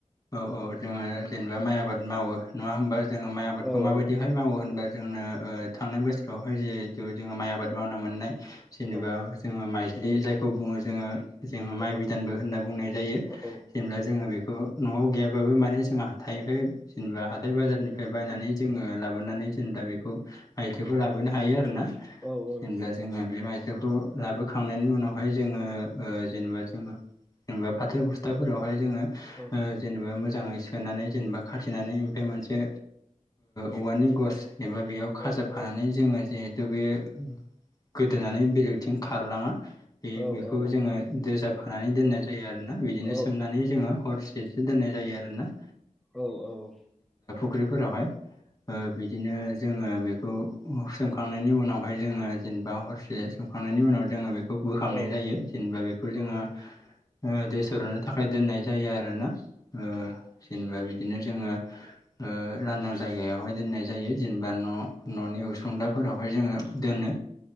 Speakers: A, on the left; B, in the centre.
A: औ औ जोङो जेनेबा माइ आबाद मावो नङा होमबा जोङो माइ आबादखौ
B: औ
A: माबायदिहाय
B: औ
A: मावो होनबा जोंनो ओ थांनाय बोसोरावहाय जिहेथु जोंहा माइ आबाद मावनो मोननाय जेनेबा
B: औ
A: जोङो माइस्लि जायखौ बुङो जोङो जोङो
B: औ
A: माइ बिदानबो होनना बुंनाय जायो
B: औ
A: जेनेबा जोङो बे खौ न'आव गैयाबाबो माने जोंहा हाथाइनिफ्राय जेनेबा हाथाय बाजारनिफ्राय बायनानै जोङो लाबोनानै जेनबा बेखौ माइदिखौ लाबोनो हायो आरो ना
B: औ औ
A: जेनेब्ला
B: नंगौ
A: जोङो बे माइज्लिखौ लाबोखांनायनि उनावहाय जोङो ओ जेनेबा जोङो जेनेबा फाथो बुस्थाफोरावहाय जोङो
B: औ
A: ओ जेनेबा मोज जाङै सोनानै जेनेबा खाथिनानै ओमफाय मोनसे औवानि गस एबा बेयाव खाजाबफानानै
B: औ औ
A: जोङो जे थु बियो गोदोनानै बेलेगथिं खारलाङा बे
B: औ
A: बेख खौ
B: औ
A: जोङो दोजाबफानानै दोननाय जायो आरोना बिदिनो
B: औ
A: सोमनानै जोङो हरस सेसो दोननाय जायो आरो ना
B: औ औ
A: फुख्रिफोरावहाय ओ बिदिनो जोङो बेखौ अ सोमखांनायनि उनावहाय जोङो जेनेबा हरसे सोमखांनायनि उनाव जोङो बे खौ बोखांनाय
B: औ औ
A: जायो
B: औ
A: जेनेबा बेखौ
B: औ
A: जोङो ओ दै सरनो थाखाय दोननाय जायो आरो ना ओ जेनेबा बिदिनो जोङो ओ लादां जायगायावहाय दोननाय जायो जेनेबा न' न'नि उसुंदाफोराव। बाहाय जोङो दोनो